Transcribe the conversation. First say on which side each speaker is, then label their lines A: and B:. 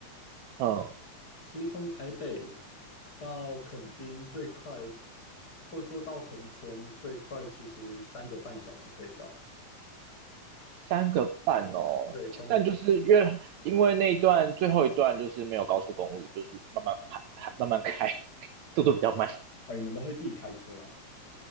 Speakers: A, on the right (about 75°); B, on the left (about 30°).
A: 嗯，
B: 其实从台北到垦丁最快，或者说到横村最快，其实三个半小时可以到。
A: 三个半哦，
B: 对，从
A: 但就是因为因为那一段最后一段就是没有高速公路，就是慢慢开，慢慢开，<laughs> 速度比较慢，
B: 啊，你们都会自己开车啊？